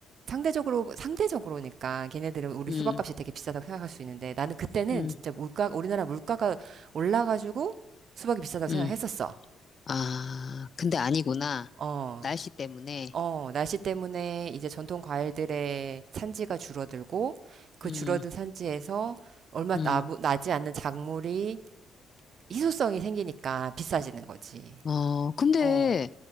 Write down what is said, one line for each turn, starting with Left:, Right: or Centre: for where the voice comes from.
Right: 상대적으로, 상대적으로니까, 걔네들은 우리
Left: 음,
Right: 수박값이 되게 비싸다고 생각할 수 있는데, 나는 그때는
Left: 음,
Right: 진짜 물가, 우리나라 물가가 올라가지고 수박이 비싸다고
Left: 음.
Right: 생각했었어.
Left: 아, 근데 아니구나.
Right: 어.
Left: 날씨 때문에.
Right: 어, 날씨 때문에 이제 전통 과일들의 산지가 줄어들고 그
Left: 음,
Right: 줄어든 산지에서 얼마
Left: 음.
Right: 나 나지 않는 작물이 희소성이 생기니까 비싸지는 거지.
Left: 어, 근데
Right: 어,